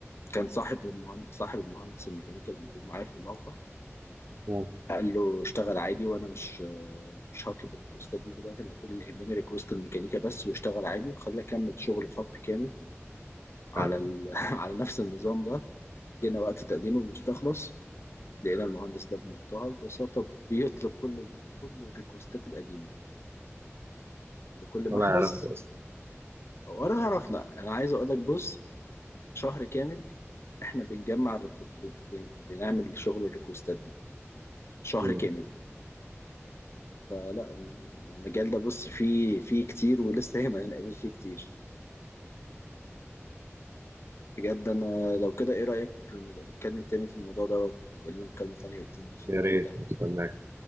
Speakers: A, on the left; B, on the right.
A: كان صاحب المهندس صاحب المهندس الميكانيكي اللي موجود معايا في الموقع
B: مم.
A: قال له اشتغل عادي وانا مش مش هطلب الريكوستات دي دلوقتي انا كل اللي يهمني ريكوست الميكانيكا بس واشتغل عادي وخليه اكمل شغل خط كامل على
B: حلو
A: ال... <laughs> على نفس النظام ده جينا وقت تقديم المستخلص لقينا المهندس ده بمنتهى البساطة بيطلب كل كل الريكوستات القديمة لكل
B: ولا
A: محبس
B: يعرفه أصلا
A: ولا عرفنا أنا عايز أقول لك بص شهر كامل إحنا بنجمع الريكو... ب... ب... بنعمل شغل الريكوستات دي شهر
B: مم.
A: كامل فلا المجال ده بص فيه فيه كتير ولسه هيما هنقابل فيه كتير بجد أنا لو كده إيه رأيك نبقى نتكلم تاني في الموضوع ده ويبقى لنا مكالمة تانية بإذن الله في الموضوع
B: يا ريت
A: ده
B: أستناك